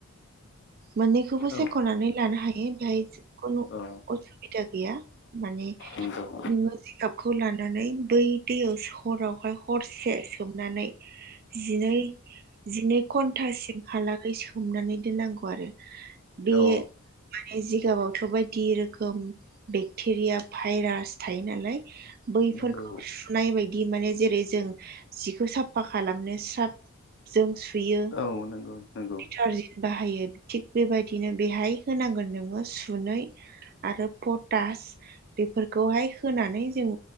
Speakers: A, on the right; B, on the left.
A: मोननैखौबो
B: औ
A: सायख'नानै लानो हायो बेहाय जिखुनु
B: औ
A: असुबिदा गैया माने
B: नंगौ
A: नोङो जिगाब खौ लानानै बै दैयाव सरावहाय हरसे सोमनानै जिनै जिनै घन्टासिमहालागै सोमनानै दोननांगौ नांगौ आरो बे
B: अ
A: माने जिगाबावथ' बायदि रोखोम बेक्टेरिया भाइरास थायो नालाय बैफोरखौ
B: नंगौ
A: सुनाय बायदि माने जेरै जों जिखौ साफा खालामनो स्राब जों सुयो
B: औ नंगौ नंगौ
A: दिटारजिन् बाहायो थिग बेबायदिनो बेहाय होनांगोन नोङो सुनै आरो पटास बेफोरखौहाय होनानै जों